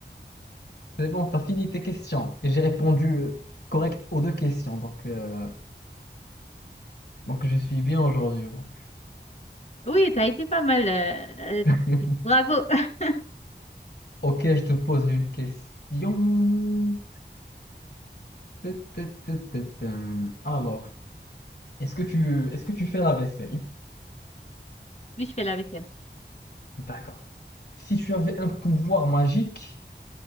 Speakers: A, on the left; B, on the left.
A: C'est bon, t'as fini tes questions. Et j'ai répondu euh, correct aux deux questions. Donc, euh, donc je suis bien aujourd'hui, moi.
B: Oui, t'as été pas mal. euh,
A: <laughs>
B: euh, bravo. <laughs>
A: Ok, je te pose une question. Tut, tut, tut, tut, tum. Alors. Est-ce que tu, est-ce que tu fais la vaisselle?
B: Oui, je fais la vaisselle.
A: D'accord. Si tu avais un pouvoir magique